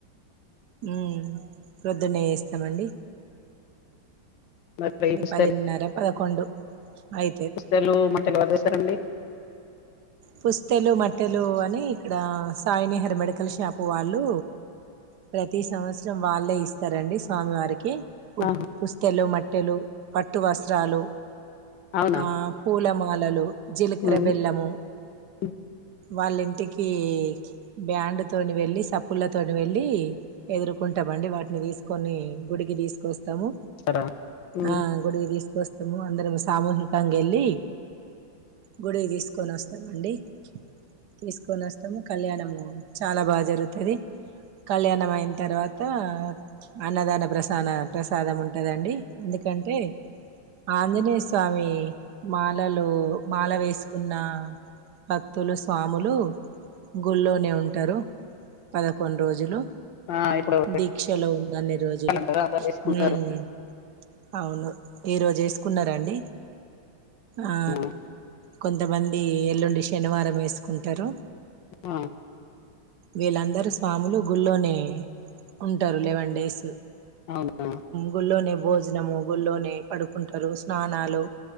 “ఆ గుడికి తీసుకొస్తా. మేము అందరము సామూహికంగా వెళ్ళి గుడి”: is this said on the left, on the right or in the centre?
Right